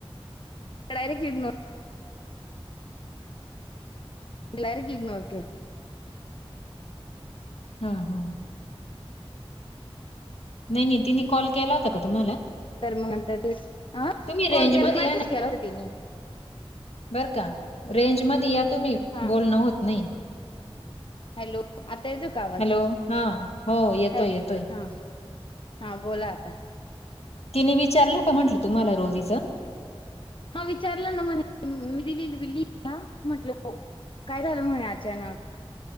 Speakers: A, on the left (about 55°); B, on the left (about 90°).
A: मग डायरेक्ट इग्नोर. <unintelligible>
B: हम्म हम्म. नाही नाही तिने कॉल केला होता का तुम्हाला?
A: तर मग नंतर <unintelligible> अ
B: तुम्ही रेंज
A: कॉल केला
B: मध्ये
A: मेसेज केला होता तेंनी.
B: बरं का रेंजमध्ये या तुम्ही,
A: हा
B: बोलणं होत नाही.
A: हॅलो. आता येतोय का आवाज?
B: हॅलो हा हो येतोय
A: <unintelligible>
B: येतोय
A: हा. हा बोला आता.
B: तिने विचारलं का म्हटलं तुम्हाला रोजीचं?
A: हा विचारलं ना म्हणे मी दिलेली <unintelligible> म्हटलं हो. काय झालं म्हणे अचानक,